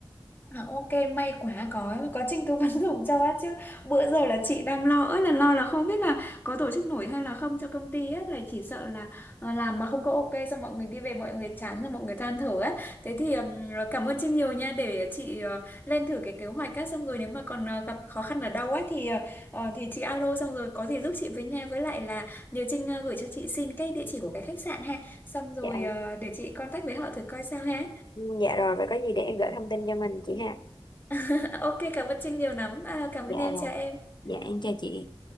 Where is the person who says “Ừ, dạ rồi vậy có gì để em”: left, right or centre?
Left